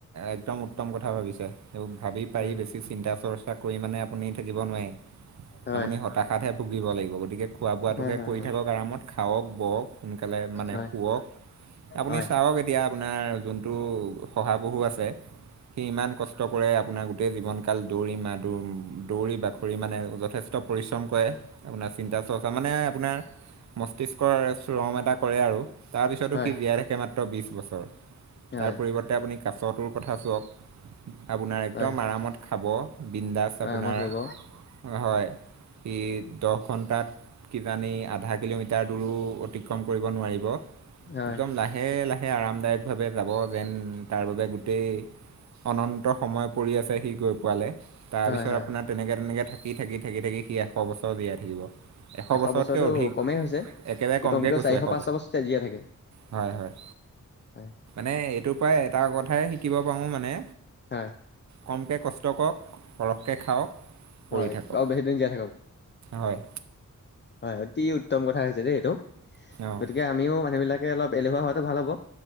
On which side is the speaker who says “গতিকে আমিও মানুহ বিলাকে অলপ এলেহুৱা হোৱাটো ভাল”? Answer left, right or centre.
Left